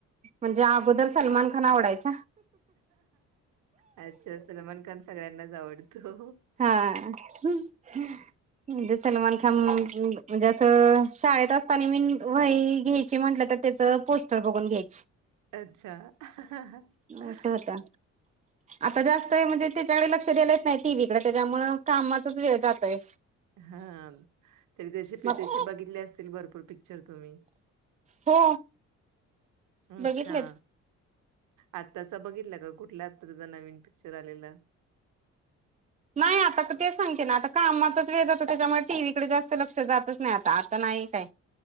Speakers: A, on the right (about 25°); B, on the right (about 80°).
A: म्हणजे अगोदर सलमान खान आवडायचा
B: अच्छा सलमान खान सगळ्यांनाच आवडतो.
A: हा ह. <inaudible> हिंदी सलमान खान म्हणजे असं अ शाळेत असताना मी वही घ्याय ते म्हटंतर त्याचं पोस्टर बघून घ्यायचं.
B: अच्छा ह हं.
A: असं होतं. आता जास्त म्हणजे त्याच्याकडे लक्ष द्यायला येत नाही ना टीव्हीकडे त्याच्यामुळं कामातच वेळ जातोय.
B: हा तरी त्याचे
A: मग
B: प त्याचे बघितले असतील भरपूर पिक्च र तुम्ही
A: हो
B: अच्छा.
A: बघितलेत.
B: आत्ताचा बघितला का कुठल्या अँक्टरचा नवीन पिक्चर आलेला.
A: नाही आता तेच सांगतो ना आता कामातच वेळ जातो त्यांच्यामुळे टीव्हीकडे जास्त लक्ष जातच नाही आता आता नाही. काय.